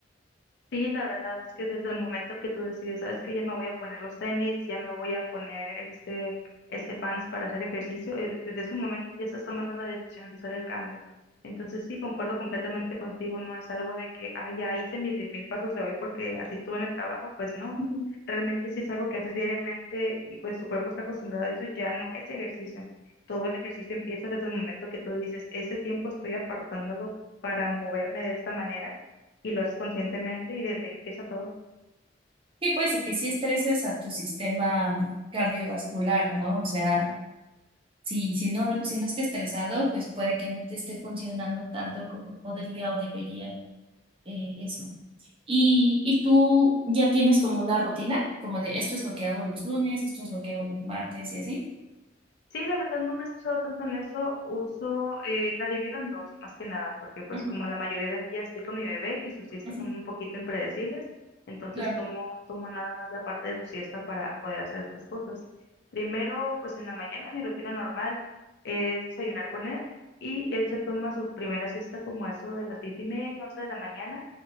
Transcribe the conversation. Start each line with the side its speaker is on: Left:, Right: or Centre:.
Left: Sí, la verdad es que desde el momento que tú decides, sabes que ya me voy a poner los tenis, ya me voy a poner este, este pants para hacer ejercicio, eh, desde ese momento ya estás tomando la decisión de hacer el cambio. Entonces sí, concuerdo completamente contigo, no es algo de que, ah, ya hice mis diez mil pasos de hoy porque así estuve en el trabajo, pues no,
Right: Ujú.
Left: realmente sí es algo que haces diariamente y pues tu cuerpo está acostumbrado a eso, ya no es ejercicio. Todo el ejercicio empieza desde el momento que tú dices, ese tiempo estoy apartándolo para moverme de esta manera y lo haces conscientemente y desde ahí empieza todo.
Right: Sí, pues, y que sí estreses a tu sistema cardiovascular, ¿no? O sea, Si, si no, si no esté estresado, pues puede que no te esté funcionando tanto como podría o debería eh, eso. Y, y tú ya tienes como una rutina, como de esto es lo que hago los lunes, esto es lo que hago los martes y así.
Left: Sí, la verdad no me he estresado tanto en eso, uso, eh, la divido en dos, más que nada, porque pues
Right: Ujú,
Left: como la mayoría del día estoy con mi bebé y sus siestas
Right: ujú,
Left: son un poquito impredecibles, entonces
Right: Claro.
Left: tomo, tomo nada más la parte de su siesta para poder hacer estas cosas. Primero, pues en la mañana mi rutina normal es desayunar con él y él se toma su primera siesta como a eso de las diez y media, once de la mañana